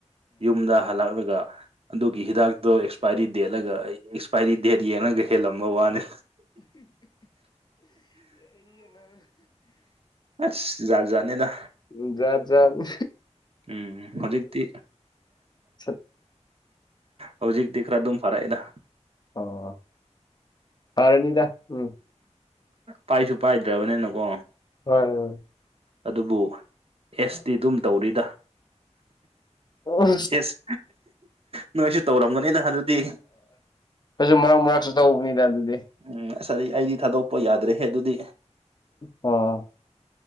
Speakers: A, on the right; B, on the left.
A: ꯌꯨꯝꯗ ꯍꯂꯛꯂꯒ ꯑꯗꯨꯒꯤ ꯍꯤꯗꯥꯛꯇꯣ ꯑꯦꯛꯁ ꯄꯥꯏꯔꯤ ꯗꯦꯠꯂꯒ ꯑꯩ ꯑꯦꯛꯁꯄꯥꯏꯔꯤ ꯗꯦꯠ ꯌꯦꯡꯉꯒ ꯍꯦꯜꯂꯝꯕ ꯋꯥꯅꯤ ꯑꯁ ꯖꯥꯠ ꯖꯥꯠꯅꯤꯗ
B: <inaudible> ꯖꯥꯠ ꯖꯥꯠꯅꯤ
A: ꯎꯝ ꯍꯧꯖꯤꯛꯇꯤ
B: ꯁꯠ
A: ꯍꯧꯖꯤꯛꯇꯤ ꯈꯔ ꯑꯗꯨꯝ ꯐꯔꯛꯑꯦꯗ
B: ꯑꯣ ꯐꯔꯅꯤꯗ ꯎꯝ
A: ꯄꯥꯏꯁꯨ ꯄꯥꯏꯗ꯭ꯔꯕꯅꯤꯅꯀꯣ
B: ꯍꯣꯏ ꯍꯣꯏ
A: ꯑꯗꯨꯕꯨ ꯑꯦꯁꯇꯤ ꯑꯗꯨꯝ ꯇꯧꯔꯤꯗ
B: ꯑꯣ
A: ꯑꯦꯁ ꯅꯣꯏꯁꯨ ꯇꯧꯔꯝꯒꯅꯤꯗ ꯑꯗꯨꯗꯤ
B: ꯑꯩꯁꯨ ꯃꯔꯥꯛ ꯃꯔꯥꯛꯁꯨ ꯇꯧꯕꯅꯤꯗ ꯑꯗꯨꯗꯤ
A: ꯎꯝ ꯑꯁ ꯑꯩꯗꯤ ꯊꯥꯗꯣꯛꯄ ꯌꯥꯗ꯭ꯔꯦꯍꯦ ꯑꯗꯨꯗꯤ
B: ꯑꯣ